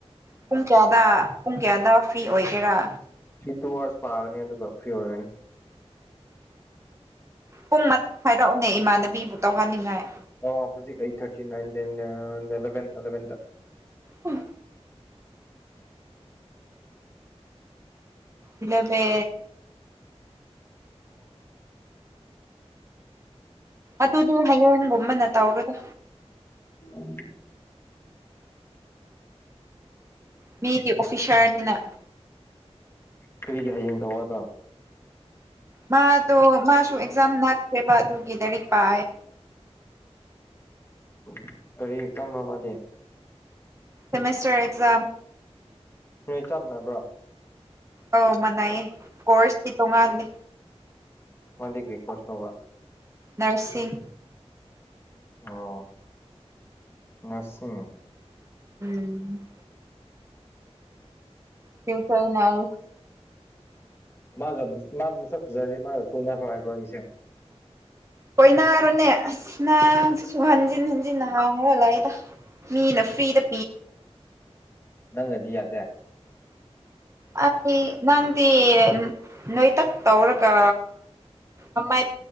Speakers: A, on the right; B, on the left.
A: ꯄꯨꯡ ꯀꯌꯥꯗ ꯄꯨꯡ ꯀꯌꯥꯗ ꯐ꯭ꯔꯤ ꯑꯣꯏꯒꯦꯔꯥ
B: ꯁꯤ ꯇꯨ ꯑꯋꯥꯔꯁ ꯄꯥꯒꯅꯤ ꯑꯗꯨꯒ ꯐ꯭ꯔꯤ ꯑꯣꯏꯔꯅꯤ
A: ꯄꯨꯡ ꯍꯥꯏꯔꯛꯑꯣꯅꯦ ꯏꯃꯥꯟꯅꯕꯤꯕꯨ ꯇꯧꯍꯟꯅꯤꯡꯉꯥꯏ
B: ꯑꯣ ꯍꯧꯖꯤꯛ eight thirty nine ten eleven ꯑꯦꯂꯚꯦꯟꯗ
A: ꯎ ꯏꯂꯕ
B: ꯑꯣ
A: ꯑꯗꯨꯗꯤ ꯍꯌꯦꯡꯒꯨꯝꯕꯅ ꯇꯧꯔꯒ
B: ꯎꯝ
A: ꯃꯤꯗꯤ ꯑꯣꯐꯤꯁꯔꯅꯤꯅ
B: ꯀꯔꯤꯒꯤ ꯍꯌꯦꯡ ꯇꯧꯏꯗ
A: ꯃꯥꯗꯣ ꯃꯥꯁꯨ ꯑꯦꯛꯖꯥꯝ ꯅꯥꯛꯁꯦꯕ ꯑꯗꯨꯒꯤ ꯂꯥꯏꯏꯔꯤꯛ ꯄꯥꯏ
B: ꯎꯝ ꯀꯔꯤ ꯇꯝ꯭ꯔ ꯃꯥꯗꯤꯦ
A: ꯁꯦꯃꯦꯁꯇꯔ ꯑꯦꯛꯖꯝ
B: ꯅꯣꯏ ꯆꯞꯃꯅꯕ꯭ꯔꯣ
A: ꯑꯧ ꯃꯅꯥꯏꯌꯦ ꯀꯣꯔꯁꯇꯤ ꯇꯣꯡꯉꯥꯂꯦ
B: ꯐꯣꯟꯗꯒꯤ ꯀ꯭ꯔꯤ ꯔꯦꯀꯣꯔꯠ ꯇꯧꯕ
A: ꯅꯔꯁꯤꯁꯤꯡ
B: ꯑꯣ ꯅꯔꯁꯤ
A: ꯎꯝ ꯊ ꯇꯧꯅꯎ
B: ꯃꯥꯒ ꯃꯥ ꯃ ꯆꯛꯖꯔꯗꯤ ꯃꯥꯒ ꯀꯨꯣꯏꯅ ꯐ꯭ꯔ ꯍꯥꯏꯕ꯭ꯔꯣ ꯑꯩꯁꯦ
A: ꯀꯣꯏꯅꯔꯨꯅꯦ ꯑꯁ ꯅꯪ ꯁꯤꯁꯨ ꯍꯟꯖꯤꯟ ꯍꯟꯖꯤꯟ ꯍꯥꯡꯈ꯭ꯔ ꯂꯥꯛꯏꯗ ꯃꯤ ꯅ ꯐ꯭ꯔꯤꯗ ꯄꯤ
B: ꯅꯪꯅꯗꯤ ꯌꯥꯗꯦ
A: ꯑꯩ ꯅꯪꯗꯤ ꯅꯣꯏꯇꯛ ꯇꯧꯔꯒ ꯑꯝꯕꯥꯏ